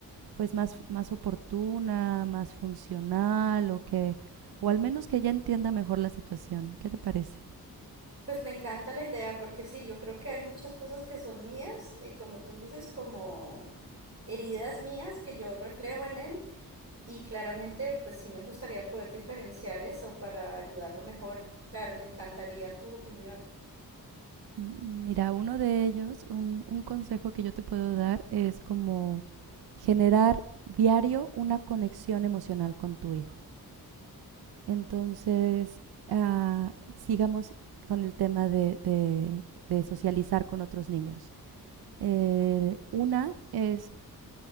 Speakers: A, on the right (about 80°); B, on the right (about 40°).
A: pues más, más oportuna, más funcional o que, o al menos que ya entienda mejor la situación. ¿Qué te parece?
B: Pues me encanta la idea, porque sí, yo creo que hay muchas cosas que son mías, y como tú dices, como heridas mías que yo reflejo en él, y claramente pues sí me gustaría poder diferenciar eso para ayudarlo mejor. Claro, me encantaría tu opinión.
A: Mira, uno de ellos, un, un consejo que yo te puedo dar es como generar diario una conexión emocional con tu hijo. Entonces, ah, sigamos con el tema de, de- de socializar con otros niños. Eh, una es